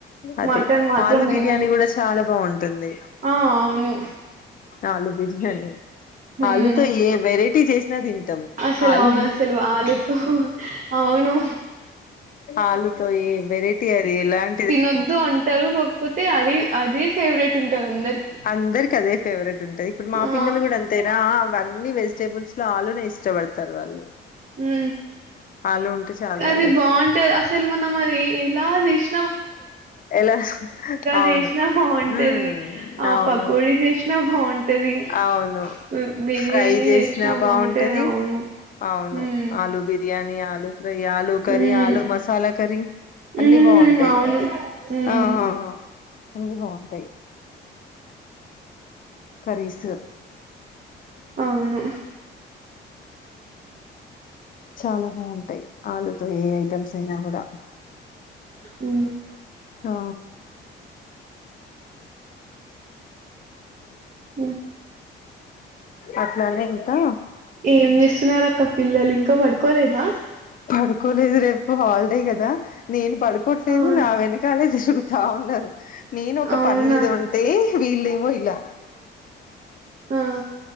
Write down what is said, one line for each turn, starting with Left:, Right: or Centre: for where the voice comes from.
Left: అదే
Right: మటన్ మాత్రం
Left: ఆలు
Right: తినను
Left: బిర్యానీ కూడ చాలా బాగుంటుంది
Right: ఆ అవును
Left: ఆలు బిర్యానీ
Right: హ్మ్
Left: ఆలుతో ఏ వెరైటీ చేస్ న తింటాం
Right: అసలు
Left: ఆలు
Right: అవును అసలు ఆలుతో అవును
Left: ఆలుతో ఈ వెరైటీ అది ఇలాం
Right: తినొద్దు అంటారు కాకపోతే అదే అదే ఫేవరెట్ ఉంటది అందరికి
Left: అందరికి అదే ఫేవరెట్ ఉంటది ఇప్పుడు మా
Right: ఆ
Left: పిల్లలు కూడ అంతేరా వన్నీ వెజిటేబుల్స్ లో ఆలునే ఇష్టపడతారు వాళ్ళు
Right: ఉ
Left: ఆలు ఉంటే చాలు
Right: అది
Left: వాళ్ళకి
Right: బాగుంటది అసలు మన అది ఎలా చేష్
Left: ఎలా అవును
Right: జేసినా బావుంటది.
Left: ఉ
Right: ఆ
Left: అవును
Right: పకోడీ జేసినా బావుంటది.
Left: అవును
Right: హ్మ్. బిర్యానీ
Left: ఫ్రై చేసిన
Right: జేసినా
Left: బాగుంటది
Right: బావుంటది. అవును.
Left: అవును
Right: హ్మ్.
Left: ఆలూ బిర్యానీ ఆలూ ఫ్రై ఆలూ కర్రీ
Right: హ్మ్.
Left: ఆలూ మసాలా కర్రీ
Right: హ్మ్.
Left: అన్ని బాగుంటాయి
Right: అవును. హ్మ్.
Left: ఆహాహా అని బాగుంటాయి కరీసు
Right: అవును
Left: చాలా బాగుంటాయి ఆలుతో ఏ ఐటమ్స్ అయినా కూడా
Right: ఉ
Left: ఆ
Right: హ్మ్.
Left: అట్లానేకుతా
Right: ఏం జేస్తున్నారక్క పిల్లలు ఇంకా పడుకోలేదా?
Left: పడుకోలేదు రేపు హాలిడే కదా నేను పడుకోవట్లేదు
Right: అవును.
Left: నా వెనకాలే తిరుగుతా ఉన్నారు నేను ఒక
Right: అవునా?
Left: పని మీద ఉంటే వీళ్ళమో ఇలా
Right: ఆ